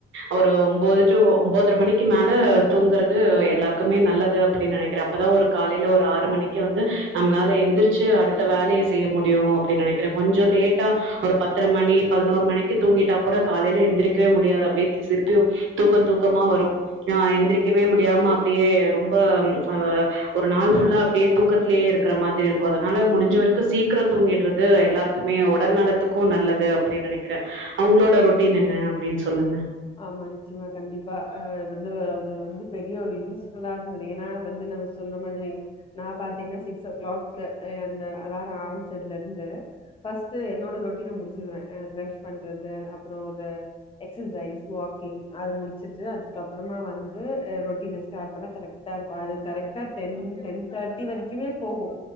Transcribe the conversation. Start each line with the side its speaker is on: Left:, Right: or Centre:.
Right: ஒரு ஒம்போது டூ ஒம்போதர மணிக்கு மேல தூங்குறது எல்லாருக்குமே நல்ல து அப்டின்னு நெனைக்கிற அப்பதா ஒரு காலைல ஒரு ஆறு மணி க்கி வந்து நம்மளால எந்திரிச்சு அடுத்த வேலைய செய்ய முடியும அப்டின்னு நெனைக்கிறே கொஞ்சோ லேட்டா ஒரு பத்தர மணி பதினோரு மணிக்கு தூங்கிட்டா கூட காலைல எந்திரிக்கவே முடியாது அப்டியே திசர்ப்பு தூக்கம் தூக்கமா வரு ஆ எந்திரிக்கவே முடியாம அப்டியே ரொம்ப ஆ ஒரு நாள் ஃபுல்லா அப்டியே தூக்கத்திலேயே இருக்கிற மாதிரி இருக்கு அதனால முடிஞ்ச வரைக்கு சீக்கிரோ தூங்கிட்றது எல்லாரு க்குமே உடல் நலத்துக்கு நல்லது அப்டின்னு நெனைக்கிற அவங்களோட ரொட்டீன் என்ன அப்டின்னு சொல்லுங்க
Left: ஆமா நிச்சயமா கண்டிப்பா அ வந்து அது வந்து பெரிய ஒரு யூஸ் ஃபுல்லா இருந்துது ஏன்னா வந்து நம்ம சொல்ற மாதிரி நா பாத்தீங்கனா சிக்ஸ் ஓ கிளாக் அ அந்த அல்லாரம் ஆரம்பிச்சதுல இருந்து ஃபர்ஸ்ட் என்னோட ரொட்டீன முடிச்சிருவே அ ப்ரெஸ் பண்றது அப்பறோ அந்த எக்சசைஸ் வாக்கிங் அத முடிச்சுட்டு அதுக்கப்பறமா வந்து அ ரொட்டீன ஸ்டார்ட் பண்ணா கரெக் ட்ட இருக்கு அது கரெக்ட்டா டென் டென் தேர்ட்டி வரைக்குமே போகு